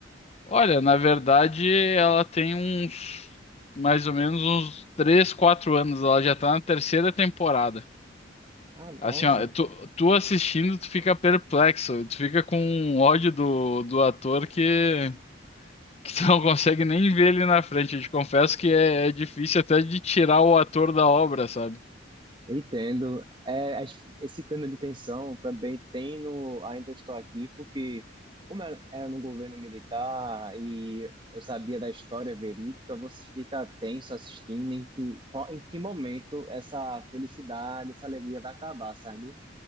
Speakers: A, on the left; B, on the right.
A: Olha, na verdade, ela tem uns mais ou menos uns 3, 4 anos, ela já tá na terceira temporada.
B: Ah, nossa.
A: Assim, ó, tu, tu assistindo, tu fica perplexo, tu fica com um ódio do, do ator que, que tu não <laughs> consegue nem ver ele na frente. Eu te confesso que é é difícil até de tirar o ator da obra, sabe?
B: Entendo. É, as- esse clima de tensão também tem no Ainda Estou Aqui, porque como era era no governo militar e eu sabia da história verídica, você fica tenso assistindo em que, qual- em que momento essa felicidade, essa alegria vai acabar, sabe?